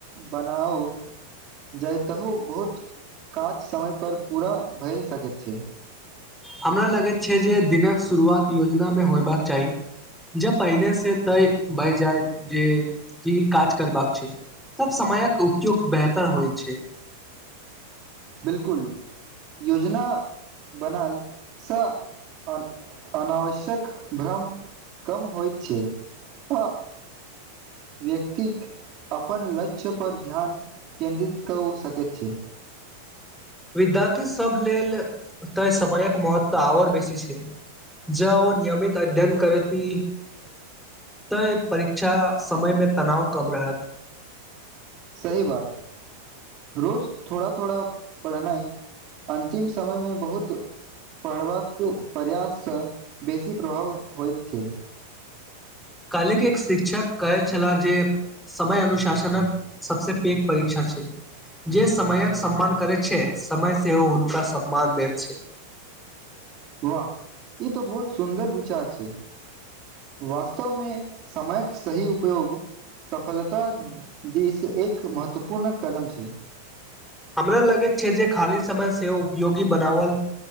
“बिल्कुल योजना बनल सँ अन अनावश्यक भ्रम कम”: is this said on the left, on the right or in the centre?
Right